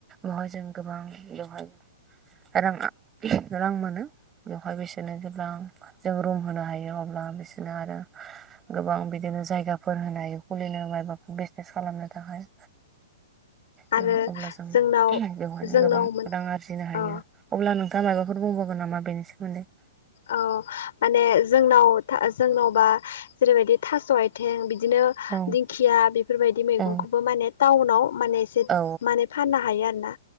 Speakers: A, on the right; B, on the left.
A: आरो <unintelligible> जों गोबां। बेवहाय रां आ रां मोनो बेवहाय बेसे बिदिनो गौबां जों रुम होनो हायो अब्ला बिसोरनो आरो गोबां बिदिनो जायगाफोर होनो हायो खुलिनो मायबाफोर बिजनेस खालामनो थाखाय।
B: आरो
A: बेव अब्ला जों
B: जोंनाव
A: बेवहायनो
B: जोंनाव
A: गोबां
B: मोन
A: रां आरजिनो हायो
B: औ
A: अब्ला नोंथाङा मायबाफोर बुंबावगोन नामा बेनि सोमोन्दै?
B: औ माने जोंनाव था जोंनावबा जेरैबायदि थास' आथिं बिदिनो
A: औ
B: दिंखिया बेफोरबायदि मैगंखौबो
A: औ
B: माने टाउनाव माने जेब
A: औ
B: माने फाननो हायो आरोना